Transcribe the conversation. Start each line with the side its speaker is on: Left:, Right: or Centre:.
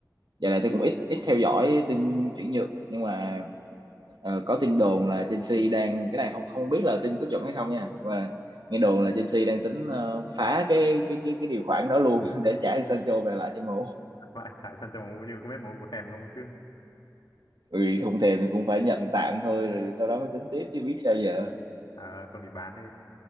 Right: dạo này tôi cũng ít ít theo dõi tin chuyển nhượng nhưng mà ờ, có tin đồn là Chelsea đang cái này không không biết là tin có chuẩn hay không nha và nghe đồn là Chelsea đang tính ờ, phá cái cái cái cái điều khoản đó luôn <laughs> để trả Sancho về lại cho MU
Left: vậy tại Sancho MU như không biết MU có thèm không chứ
Right: Ừ, không thèm thì cũng phải nhận tạm thôi rồi sau đó mới tính tiếp chứ biết sao giờ
Left: à, không thì bán đi